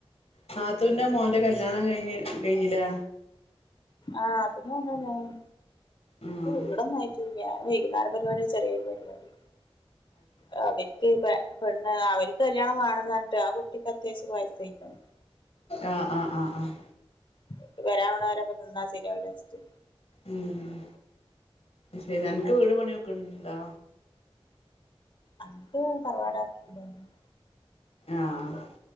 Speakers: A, on the left (about 85°); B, on the left (about 50°).
A: നാത്തൂന്റെ മോന്റെ കല്യാണം കഴിഞ്ഞ് കഴിഞ്ഞില്ലേ
B: ആഹ് അത് മൂന്നും ഇണ്ടാവും
A: ആഹ്
B: ഇവടൊന്നായിട്ടൂല്ല വൈകുന്നേര പരിവാടി ചെറ്യേരു പരിവാടി. ആഹ് അവര്ക്ക് പേ പെണ്ണ് ആഹ് അവര്ക്ക് കല്യാണം വാണംന്നർഞ്ഞ്ട്ടെ ആ കുട്ടിക്ക് അത്യാവശ്യം വയസ്സായിക്ക്ണ്
A: ആഹ് ആഹ് ആഹ് ആഹ്
B: ഏഹ് ഏഹ് വരാണോലപ്പം തിന്നാ ശരിയാവുലാച്ചിട്ട്
A: ഉം ശരി അൻക്ക് വീട് പണിയൊക്കണ്ടോ
B: അന്ക്ക് തറവാട് അട്ത്ത് <unintelligible>
A: ആഹ്